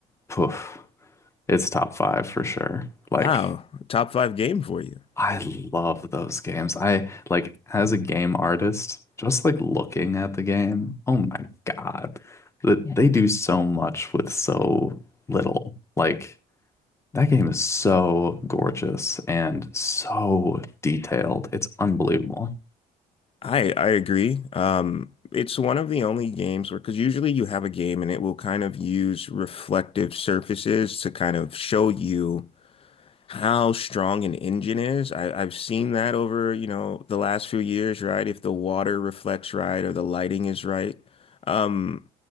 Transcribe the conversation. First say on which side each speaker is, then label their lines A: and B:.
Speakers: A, on the left; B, on the left.
A: poof, it's top five for sure. Like
B: Wow, top five game for you.
A: I love those games. I like as a game artist, just like looking at the game, oh my God. Yeah. That Yeah. they do so much with so little. Like that game is so gorgeous and so detailed. It's unbelievable.
B: I I agree. Um, it's one of the only games where, because usually you have a game and it will kind of use reflective surfaces to kind of show you how strong an engine is. I, I've seen that over, you know, the last few years, right? If the water reflects right or the lighting is right, um,